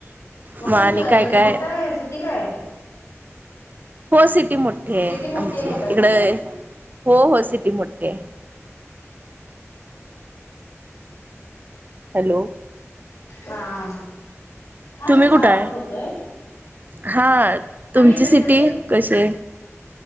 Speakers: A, on the left; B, on the right.
A: म
B: मग
A: खूप,
B: आणि काय
A: म्हणजे
B: काय
A: मोठा आहे सिटी काय ये?
B: हो सिटी मोठी हाय
A: सिटी मोठी
B: आमची
A: आहे का काय
B: इकड, हो हो, सिटी मोठी हाय. हॅलो,
A: हा, हा
B: तुम्ही
A: तुमचा
B: कुठे
A: आवाज
B: हाय,
A: होतोय
B: हा, तुमची
A: आम्ही इचलकरंजी
B: सिटी कशी आहे?